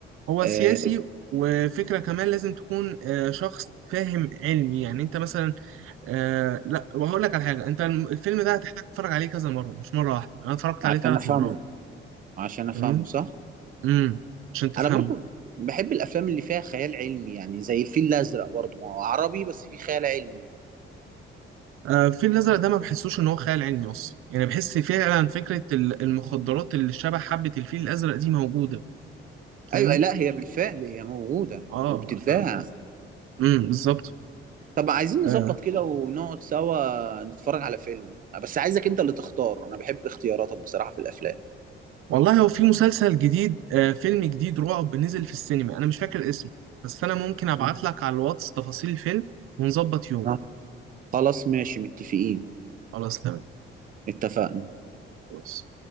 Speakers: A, on the right; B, on the right.
A: هو
B: آه،
A: سياسي وفكرة كمان لازم تكون آه، شخص فاهم علمي يعني انت مثلا آه لا وهقول لك على حاجة انت الم- الفيلم ده هتحتاج تتفرج عليه كذا مرة مش مرة واحدة انا اتفرجت
B: عشان
A: عليه ثلاث
B: افهمه
A: مرات
B: عشان افهمه
A: فاهمني
B: صح
A: امم عشان تفهمه
B: انا برضو بحب الافلام اللي فيها خيال علمي يعني زي الفيل الازرق برضو ما هو عربي بس فيه خيال علمي
A: آه، الفيل الأزرق ده ما بحسوش إن هو خيال علمي أصلا يعني بحس فعلا فكرة ال- المخدرات اللي شبه حبة الفيل الأزرق دي موجودة فاهمني؟
B: ايوه لا هي بالفعل هي موجودة
A: آه
B: وبتتباع
A: فاهم امم بالظبط
B: طب عايزين نظبط
A: آه.
B: كده ونقعد سوا نتفرج على فيلم بس عايزك انت اللي تختار انا بحب اختياراتك بصراحة في الافلام
A: والله هو في مسلسل جديد آه فيلم جديد رعب نزل في السينما أنا مش فاكر اسمه بس أنا ممكن أبعت
B: آه،
A: لك على الواتس تفاصيل الفيلم ونظبط يوم
B: آه. خلاص ماشي متفقين
A: خلاص تمام
B: اتفقنا
A: خلاص